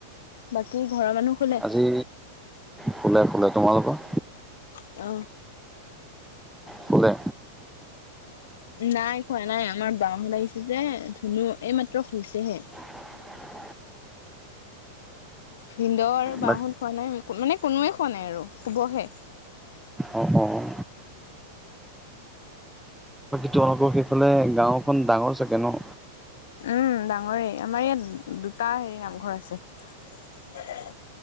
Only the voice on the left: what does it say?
বাকী ঘৰৰ মানুহ? শুলে
অ।
নাই শুৱা নাই আমাৰ বা হত আহিছে যে ধুনু এই মাত্ৰ শুইছেহে।
ভিন্দ আৰু বাহত
শুৱা নাই মানে কোনোৱে শুৱা নাই আৰু শুবহে।
উম ডাঙৰে আমাৰ ইয়াত দুটা হেৰি নামঘৰ আছে।